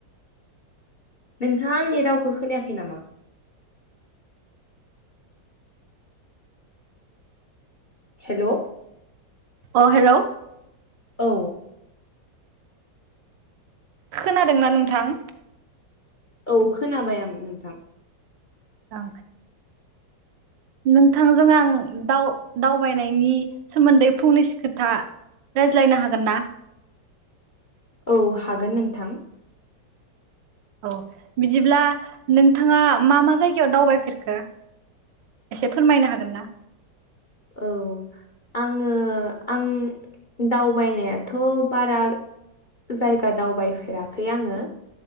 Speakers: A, on the left; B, on the right.
A: नोंथाङा आंनि रावखौ खोनायाखै नामा हेल' औ
B: अ हेल'
A: औ
B: खोनादोंना नोंथां
A: औ खोनाबाय आं नोंथां
B: अ नोंथांजों आं दावबायनायनि सोमोन्दै फंनैसो खोथा रायज्लायनो हागोन ना
A: औ हागोन नोंथां
B: औ बिदिब्ला नोंथाङा मा मा जायगायाव दावबायफेरखो एसे फोरमायनो हागोन ना
A: औ आङो आं दावबायनायाथ' बारा जायगा दावबायफेराखै आङो